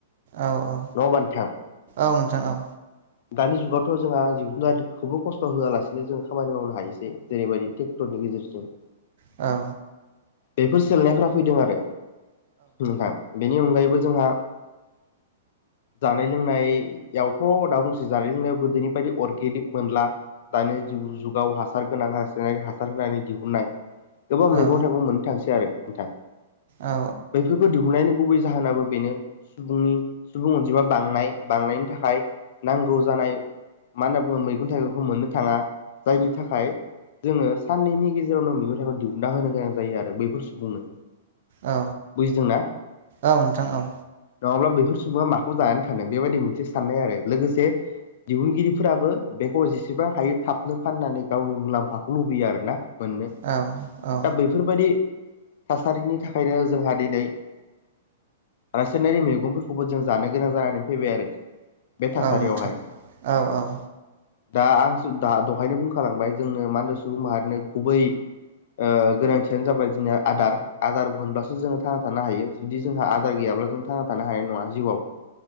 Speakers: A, on the right (about 60°); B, on the left (about 60°).
A: औ औ
B: नङा होमबा नोंथां?
A: औ नोंथां औ
B: दानि जुगाव थ' जोंहा जिब जुनारखौबो खस्थ' होआलासिनो जों खामानि मावनो हायोसै जेरैबायदि ट्रेक्टरनि गेजेरजों
A: औ
B: बेफोर सोलायनायफोरा फैदों आरो नोंथां बेनि अनगायैबो जोंहा जानाय लोंनायावथ' दा बुंसै जानाय लोंनायाव जेरैबायदि अर्गेनिक मोनब्ला दानि जु-जुगाव हासार गोनां रासायनारि हासार होनानै दिहुननाय गोबां मैगं
A: औ
B: थाइगं मोननो थांसै आरो नोंथां
A: औ
B: बेैफोरखौ दिहुननायनि गुबै जाहोनाबो बेनो सुबुंनि सुबुं अनजिमा बांनाय बांनायनि थाखाय नांगौ जान नाय मा होनना बुङो मैगं थाइगंखौ मोननो थाङा जायनि थाखाय जोङो साननैनि गेजेरावनो मैगं थाइगं दिहुनना होनो गोनां जायो आरो बैफोर सुबुंनो
A: औ
B: बुजिदोंना
A: औ नोंथां औ
B: नङाब्ला बेफोर सुबुङा माखौ जाना थानो बेबायदि मोनसे साननाय आरो लोगोसे दिहुनगिरिफोराबो बेखौ जेसेबां हायो थाबनो फाननानै गावनि मुलाम्फाखौ लुबैयो आरोना मोननो
A: औ औ
B: दा बैफोरबायाददि थासारिनि थाखायनो जोंहा दिनै रासायनारि मैगंफोरखौबो जों जानो गोनां जानानै फैबाय आरो बे थासारियावहाय
A: औ नोंथां औ औ
B: दा आं द दहायनो बुंखालांबाय जोंनो मा होनो सुबुं माहारिनो गुबै ओ गोनांथियानो जाबाय जोंनिया आदार आदार मोनब्लासो जोङो थांना थानो हायो जुदि जोंहा आदार गैयाब्ला जों थांना थानो हानाय नङा जिउआव